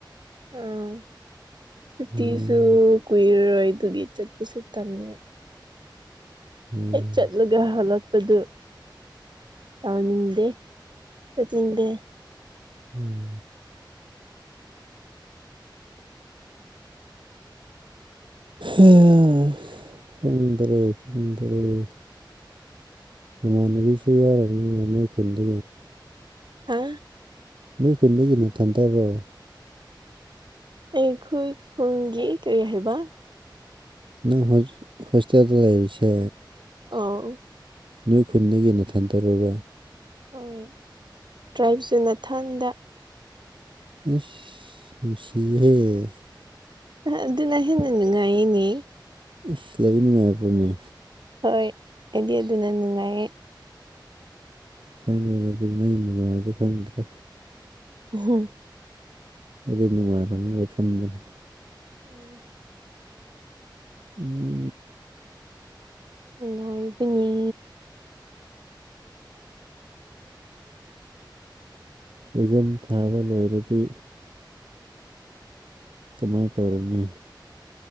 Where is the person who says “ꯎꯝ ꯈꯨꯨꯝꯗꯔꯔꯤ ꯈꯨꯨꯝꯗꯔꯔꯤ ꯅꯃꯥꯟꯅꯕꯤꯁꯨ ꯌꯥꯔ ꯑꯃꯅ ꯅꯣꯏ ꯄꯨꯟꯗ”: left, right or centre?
Right